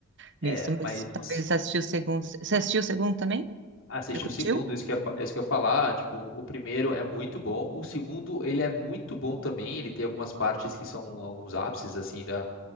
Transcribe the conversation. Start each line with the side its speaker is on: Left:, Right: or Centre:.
Left: é,
Right: nisso,
Left: mas
Right: mas talvez você assistiu o segundo. Você assistiu o segundo também?
Left: Assisti
Right: Você curtiu?
Left: o segundo, isso que eu, isso que eu ia falar, tipo, o primeiro é muito bom, o segundo, ele é muito bom também, ele tem algumas partes que são alguns ápices, assim, da,